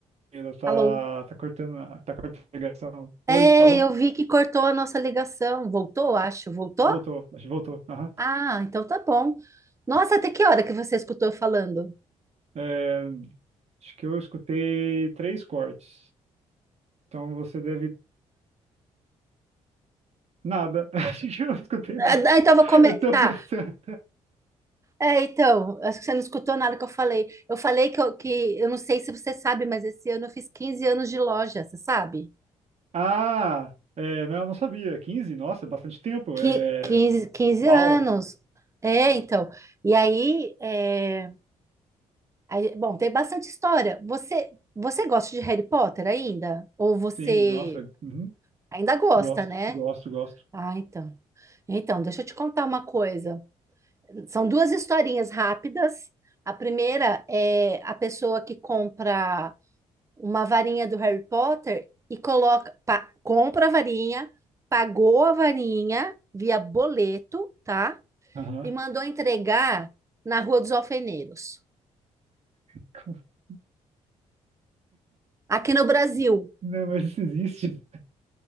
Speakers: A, on the right; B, on the right.
A: Sheila, tá,
B: alô?
A: tá cortando, a- tá cortando a ligação. Oi,
B: É,
A: alô?
B: eu vi que cortou a nossa ligação. Voltou, acho. Voltou?
A: Voltou, acho que voltou. Aham.
B: Ah, então tá bom. Nossa, até que hora que você escutou eu falando?
A: É, Acho que eu escutei três cortes. Então você deve Nada. <laughs> A gente não escutei nada.
B: Ah, ah, então eu vou comer.
A: Eu tô
B: Tá.
A: pensando.
B: É, então, acho que você não escutou nada que eu falei. Eu falei que eu, que eu não sei se você sabe, mas esse ano eu fiz quinze anos de loja, você sabe?
A: Ah, é, não, eu não sabia. quinze Nossa, é bastante tempo.
B: Qui-
A: É,
B: 15, 15
A: uau.
B: anos. É, então. E aí, é, aí- bom, tem bastante história. Você, você gosta de Harry Potter ainda? Ou você
A: Sim, nossa. uhum.
B: ainda gosta,
A: Gosto,
B: né?
A: gosto, gosto.
B: Ah, então. Então, deixa eu te contar uma coisa. São duas historinhas rápidas. A primeira é a pessoa que compra uma varinha do Harry Potter e coloca, pa- compra a varinha, pagou a varinha via boleto, tá?
A: Aham.
B: E mandou entregar na Rua dos Alfeneiros.
A: <laughs>
B: Aqui no Brasil,
A: Não, mas isso existe.